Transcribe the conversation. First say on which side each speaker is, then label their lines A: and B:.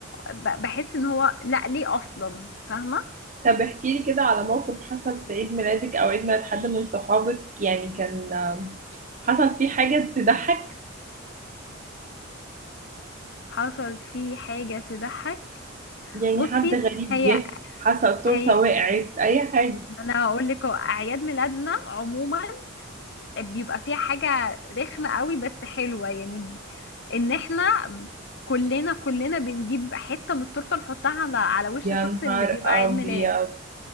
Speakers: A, on the left (about 55°); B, on the right (about 35°).
A: ب- بحس ان هو لا ليه اصلا فاهمه
B: طب احكي لي كده على موقف حصل في عيد ميلادك او عيد ميلاد حد من صحابك يعني كان حصل فيه حاجة تضحك
A: حصل في حاجه تضحك
B: يعني
A: بصي
B: حد غريب
A: هي
B: جه حسب التورتة
A: هي
B: وقعت أي حاجة
A: ما انا هقول لك هو اعياد ميلادنا عموما بيبقى فيها حاجه رخمه قوي بس حلوه يعني ان احنا كلنا كلنا بنجيب حته من التورته نحطها على على وش
B: يا
A: الشخص
B: نهار
A: اللي بيبقى
B: أبيض
A: عيد ميلاد